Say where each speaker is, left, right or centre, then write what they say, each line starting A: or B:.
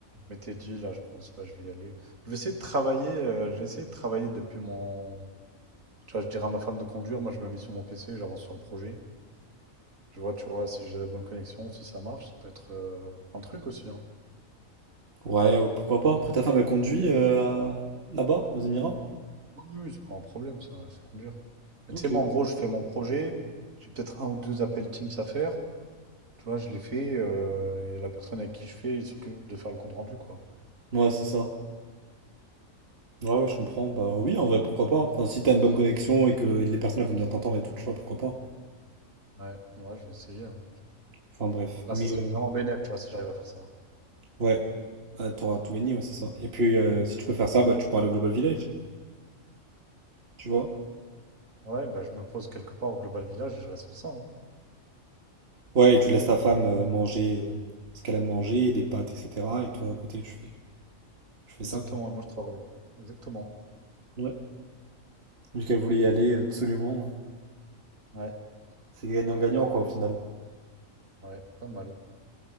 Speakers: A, on the right; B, on the right.
A: m'étais dit, là, je pense, ouais, je vais y aller. Je vais essayer de travailler, euh, j'ai essayé de travailler depuis mon... Tu vois, je dirais à ma femme de conduire, moi je me mets sur mon PC, j'avance sur le projet. Je vois, tu vois, si j'ai la bonne connexion, si ça marche, ça peut être euh, un truc aussi, hein.
B: Ouais, euh, pourquoi pas. Après, ta femme, elle conduit euh, à- là-bas, aux Émirats?
A: Oui, oui, oui, c'est pas un problème, ça, c'est conduire. Mais
B: Ok.
A: tu sais, moi, en gros, je fais mon projet, j'ai peut-être un ou deux appels Teams à faire, tu vois, je les fais, euh, et la personne avec qui je fais, il s'occupe de faire le compte rendu, quoi.
B: Ouais, c'est ça. Ouais, ouais, je comprends. Bah oui, en vrai, pourquoi pas. Enfin, si t'as une bonne connexion et que les personnes elles vont bien t'entendre et tout, tu vois, pourquoi pas.
A: Ouais, ouais, je vais essayer, hein.
B: Enfin, bref.
A: Là,
B: Mais
A: ça serait vraiment
B: euh,
A: bénéf, tu vois, si j'arrive à faire ça.
B: ouais, bah, t'auras tout gagné, ouais, c'est ça. Et puis, euh, si tu peux faire ça, bah, tu pourras aller au Global Village, tu vois.
A: Ouais, bah, je me pose quelque part au Global Village et je reste faire ça, hein.
B: Ouais, et tu laisses ta femme euh, manger euh, ce qu'elle aime manger, des pâtes, etc. Et toi, à côté, tu fais, tu fais
A: Exactement,
B: ça,
A: et moi je travaille. Exactement.
B: quoi. Vu qu'elle voulait y aller absolument.
A: Ouais,
B: C'est gagnant-gagnant quoi au final.
A: ouais, pas mal.